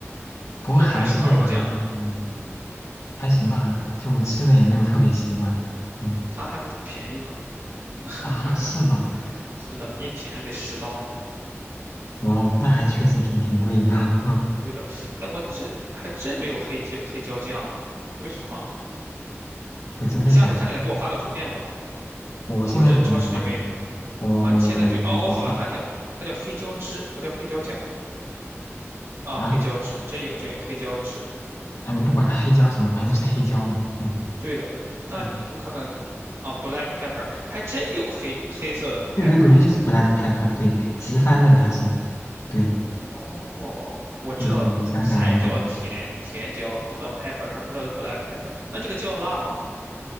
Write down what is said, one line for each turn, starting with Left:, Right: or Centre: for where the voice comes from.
Left: 不过韩式的我还嗯
Right: 就是韩式烤肉酱，
Left: 还行吧，就吃的也没有特别习惯。嗯
Right: 它还不便宜呢。<laughs>
Left: 啊，是吗？
Right: 是的，一瓶得十刀。
Left: 哇哦，那还确实挺挺贵的。<laughs>
Right: 对的，哎，我这还真没有黑椒黑椒酱啊，为什么啊？
Left: 不，真的假的？
Right: 你下次看见了给我发个图片吧，
Left: 真的我现在就给你发一个，
Right: 我这超市里没有。
Left: 我我我不信
Right: 啊，你现在就哦，我好像看见了，它叫黑椒汁，不叫黑椒酱啊，
Left: 啊。
Right: 黑椒汁，真有真有黑椒汁，
Left: 啊，你不管它黑椒什么，反正就是黑椒嘛。嗯
Right: 对的，那就看看啊，black
Left: 嗯，
Right: pepper 还真有黑黑色的 pepper，
Left: 对对对，
Right: 啊
Left: 就是 black pepper，对，直翻的它是，对
Right: 哦，我知道菜椒甜甜椒，
Left: 对对对，我想起来了啊。
Right: 知道 pepper，还不知道有 black pepper，那这个叫辣吗？